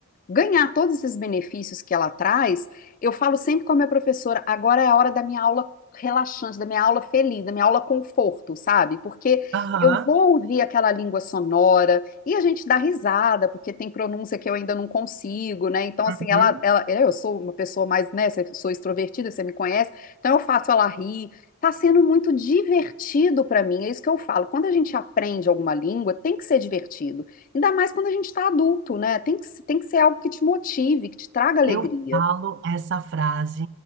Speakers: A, on the left; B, on the right.
A: ganhar todos esses benefícios que ela traz, eu falo sempre com a minha professora, agora é a hora da minha aula relaxante, da minha aula feliz, da minha aula conforto, sabe? Porque
B: Aham.
A: eu vou ouvir aquela língua sonora, E a gente dá risada, porque tem pronúncia que eu ainda não consigo, né? Então, assim,
B: uhum.
A: ela, ela, é, eu sou uma pessoa mais, né? cê- Sou extrovertida, você me conhece, então eu faço ela rir. Tá sendo muito divertido pra mim, é isso que eu falo. Quando a gente aprende alguma língua, tem que ser divertido. Ainda mais quando a gente tá adulto, né? Tem que, tem que ser algo que te motive, que te traga alegria.
B: Eu falo essa frase